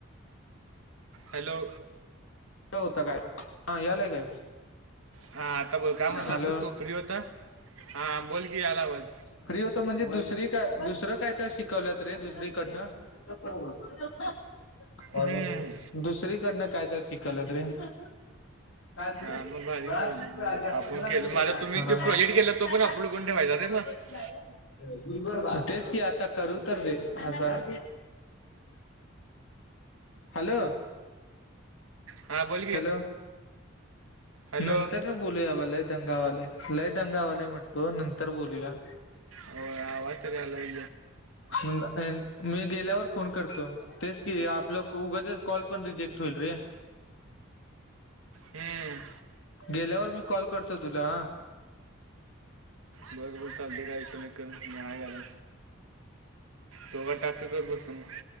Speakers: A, on the right; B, on the left.
A: हॅलो.
B: होत काय हा यालाय काय.
A: हा आता बोल काय म्हधला
B: हॅलो
A: असतो, तो फ्री होता हा बोल की अलाबाद.
B: फ्री होत म्हणजे दुसरी काय, दुसरं काय तर शिकवलंत रे दुसरीकडनं. <unintelligible> अ
A: हम्म
B: दुसरीकडनं कायत शिकल ते. का
A: हां मग भारी
B: बडा
A: केलं
B: दूर
A: तू. मग आपण
B: पंधरा
A: केलं मग आता तुम्ही
B: महिने
A: ते प्रोजेक्ट केला तो
B: का
A: पण अपलोड करून ठेवायचा रे मग
B: झा तेच कि आता करू तर दे आ हॅलो
A: हां बोल की
B: हॅलो
A: हॅलो
B: नंतर ना बोलूया बा लय दंगावाले लय दंगावाले म्हटलो नंतर बोलूया
A: हो आवाचरीलाे
B: मी गेल्यावर फोन करतो तेच की आपलं उग कॉल पण रिजेक्ट होईल रे
A: हम
B: गेल्यावर मी कॉल करतो तुला
A: बोत बोलचा बघायश न कर निहा ग तो वाट असू कर बसत मग